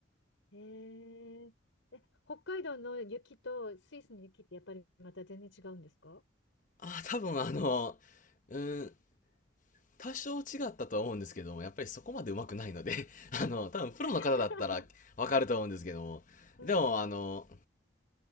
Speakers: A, on the left; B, on the left.
A: えー、え、北海道の雪とスイスの雪ってやっぱりまた全然違うんですか。
B: あ、多分あの、うん、多少違ったとは思うんですけども、やっぱりそこまで上手くないので、<laughs> あの、多分プロの方だったらわかると思うんですけども、
A: <laughs> うんうん。
B: でもあの、